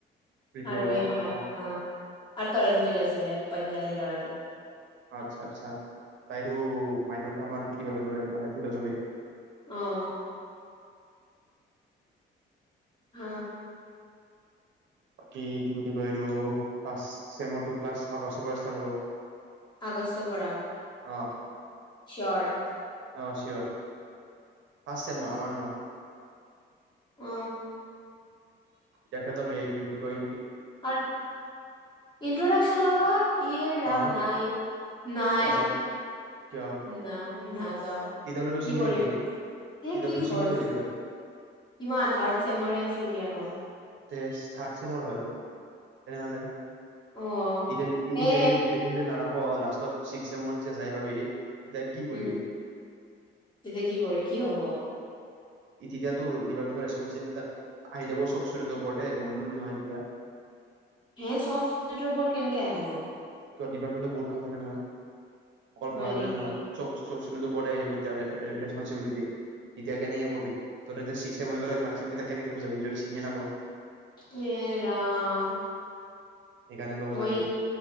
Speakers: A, on the right (about 70°); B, on the left (about 25°).
A: প্ৰীতু
B: আৰু
A: অ
B: এই
A: অ
B: মাহাত
A: অ
B: আহ আৰু তৰণজিত আছিলে। পঞ্জাৱী ল'ৰাটো।
A: আচ্ছা আচ্ছা তাইতো মাইনটো আমাৰ ডিপাৰ্টমেন্ট মানে ফিলচপি
B: আহ হ
A: বাকি কি বুলি কয় এইটো ফাৰ্ষ্ট চেজ ক্লাৰষ্ট আগষ্টৰ পৰা হ'ব
B: আগষ্টৰ পৰা
A: অ
B: চিঅ'ৰ
A: অঁ চিয়'ৰ ফাৰ্ষ্ট টাইমৰ আমাৰ নহয়
B: অ
A: দেখেত গ কি বুলি কৈ
B: আৰু ইনট্ৰডাকচন লব এ ৰাম
A: অ
B: নাই নাই
A: ক্লাছত কিয়
B: না নাযাওঁ
A: তেতিয়ালৈতো
B: কি
A: চিনিয়ৰ
B: কৰিম
A: হবি তেতিয়ালৈতো
B: এ কি হল
A: চিনিয়ৰ হৈ যাবি তই
B: কিমান থাৰ্ড চমৰে চিনিয়ৰ হ'ম
A: তে থাৰ্ড চেমৰ হয়। তেনেহ'লে
B: অ
A: এতিয়া এতিয়া
B: এ
A: যদি গোটেইখিনি যদি নাৰাখা লাষ্ট চিক চে মৰ যে যাই পাবি তেতিয়া কি কৰিবি
B: উম তেতিয়া কি কৰি কি হ'ব
A: তেতিয়াতো ডিপাৰ্টমেণ্ট ৰেচপঞ্চ চিম্বল তাত আহি যাব চব ষ্টুৰেণ্টৰ ওপৰতে মনিটৰ বুলি নহয় তেতিয়া
B: হে চ'ব ইস্তোডেন্ত ওপৰত কেনেকে আহিব
A: কি ডিপাৰ্মেণ্টত বহুত কাম থাকে নহয়। অকল
B: হয়
A: পঢ়া
B: নেকি
A: যোৱ নহয় চ'ব চব ষ্টুডেণ্টৰ ওপৰতে আহিব এতিয়া ৰেচপনচিবিলিটি। এতিয়া কেনেকৈ ক'বি? তহঁতৰ এতিয়া ছিক্স চেম হৈ গ'লে, থাৰ্ড চেমকিটাক কেনেকে বুজাবি, যদি চিনিয়েই নাপাওঁ
B: য়ে, ৰাম
A: সেইকাৰণে লগত
B: মই,
A: যাবি।